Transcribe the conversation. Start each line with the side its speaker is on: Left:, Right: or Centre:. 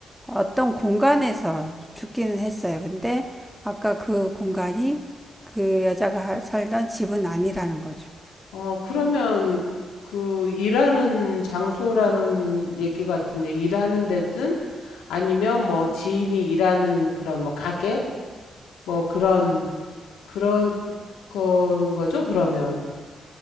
Centre: 어떤 공간에서 죽기는 했어요. 근데 아까 그 공간이 그 여자가 살던 집은 아니라는 거죠.
Left: 어, 그러면 그 일하는 장소라는 얘기 같은데 일하는 데든 아니면 뭐 지인이 일하는 그런 뭐 가게 뭐 그런 그런 건 거죠, 그러면.